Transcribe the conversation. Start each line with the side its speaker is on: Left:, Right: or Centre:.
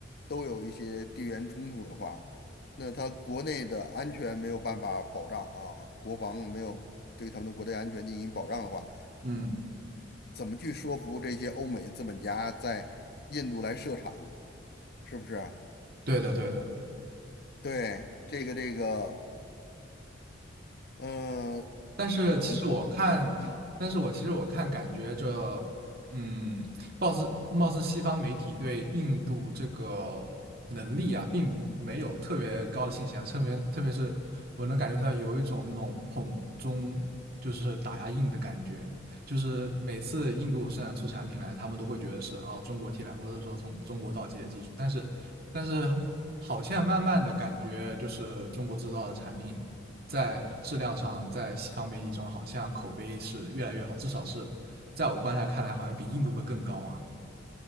Left: 都有一些地缘冲突的话，那他国内的安全没有办法保障啊，国防没有对他们的国内安全进行保障的话，
Right: 嗯，
Left: 怎么去说服这些欧美资本家在印度来设厂？是不是？
Right: 对的，对的。
Left: 对，这个这个，呃，
Right: 但是其实我看，
Left: 如果。嗯。
Right: 但是我其实我看，感觉这，嗯，貌似貌似西方媒体对印度这个能力啊，并没有特别高的信心啊，特别特别是我能感觉出来有一种那种捧中就是打压印的感觉，就是每次印度生产出产品来，他们都会觉得是哦中国替代，或者说从中国盗窃的技术，但是但是好像慢慢的感觉就是中国制造的产品在质量上，在西方媒体中好像口碑是越来越好，至少是在我观察看来，好像比印度会更高啊。